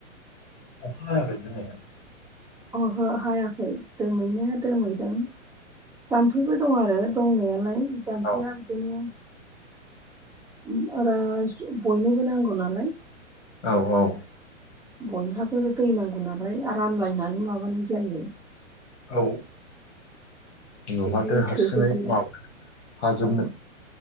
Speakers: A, on the left (about 60°); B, in the centre.
A: अखा हायाखै दिनैहाय
B: ओहो हायाखै दोमैनाया दोमैदों जाम्फैबो दं आरो दंनायालाय जाम्फैया
A: औ
B: बिदिनो ओम आर बयनोबो नांगौ नालाय
A: औ औ
B: बयहाबो दै नांगौ नालाय रानलायनानै माबानाय जायो
A: औ न'हाथो
B: बेहाय
A: हारसिङै
B: थोजोबहैया
A: माब हाजोबनो
B: औ